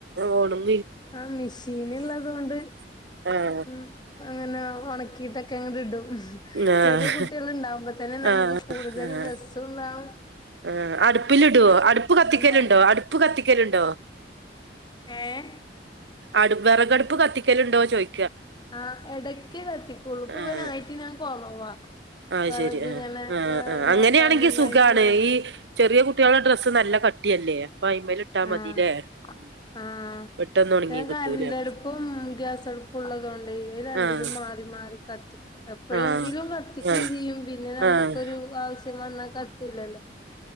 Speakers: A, on the right (about 80°); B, on the left (about 25°).
A: ഓടും
B: ആഹ് മെഷീൻ ഇള്ളത് കൊണ്ട്
A: ആഹ്
B: ഉം അങ്ങനെ ഉണക്കിയിട്ടൊക്കെ അങ്ങട് ഇടും.
A: ആഹ്
B: ചെറിയ കുട്ട്യേള്ണ്ടാവുമ്പോ തന്നെ നമുക്ക്
A: ആഹ്
B: കൂടുതൽ
A: ആഹ്
B: റെസ്സു ള്ളാഉ.
A: ആഹ് അടുപ്പിലിടുവോ അടുപ്പ് കത്തിക്കലുണ്ടോ
B: പണിയാവും
A: അടുപ്പ് കത്തിക്കലുണ്ടോ?
B: ഏഹ്
A: അടു വിറകടുപ്പ് കത്തിക്കലുണ്ടോ ചോയ്
B: ആഹ് ഇടക്ക് കത്തിക്കുള്ളു. ഇപ്പം
A: ആഹ്
B: ഇവൻ അയി ഞാൻ കുറവാ.
A: ആഹ്
B: വിറക്
A: ശരി ആഹ്
B: ങ്ങനെ
A: ആഹ് ആഹ്
B: നോക്കാനും
A: അങ്ങനെയാണെങ്കി സുഖാണ്
B: അയ്നൊരു വെ
A: ഈ ചെറിയ കുട്ട്യേളെ ഡ്രസ്സ് നല്ല കട്ടിയെല്ലേ. അപ്പൊ അയിമ്മല് ഇട്ടാ
B: ആഹ്
A: മതില്ലേ. ഉം
B: ആഹ്
A: പെട്ടെന്ന് ഉണങ്ങി
B: ഞാൻ കരണ്ടടുപ്പും
A: കിട്ടൂലേ
B: ഗ്യാസടുപ്പും ഉള്ളതോണ്ട് ഇവരണ്ടിലും
A: ആഹ്
B: മാറി മാറി കത്തി എപ്പഴെങ്കിലും
A: ആഹ്
B: കത്തിക്കും
A: ആഹ്
B: ചെയ്യും. പിന്നെ നമുക്കൊരു
A: ആഹ്
B: ആവശ്യം വന്നാൽ കത്തുലല്ലോ.